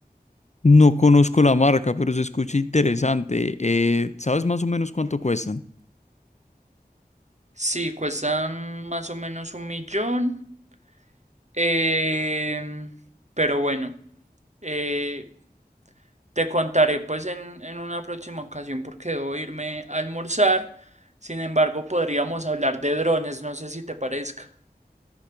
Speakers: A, on the left (about 45°); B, on the right (about 45°).
A: No conozco la marca, pero se escucha interesante. Eh, ¿sabes más o menos cuánto cuestan?
B: Sí, cuestan más o menos un millón. em, pero bueno, eh, Te contaré pues en, en una próxima ocasión porque debo irme a almorzar. Sin embargo, podríamos hablar de drones, no sé si te parezca.